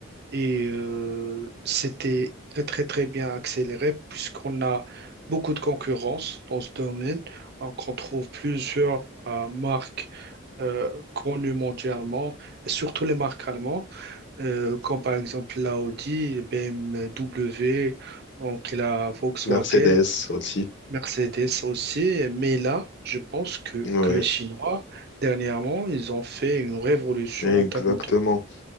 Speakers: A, on the right (about 55°); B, on the left (about 60°).
A: Et euh, c'était très, très, très bien accéléré puisqu'on a beaucoup de concurrence dans ce domaine. Donc, on trouve plusieurs euh, marques euh, connues mondialement, et surtout les marques allemandes, euh, comme par exemple l'Audi, BMW, donc la Volkswagen,
B: Mercedes aussi.
A: Mercedes aussi. Mais là, je pense que,
B: Ouais,
A: que les Chinois, dernièrement, ils ont fait une révolution
B: exactement.
A: en termes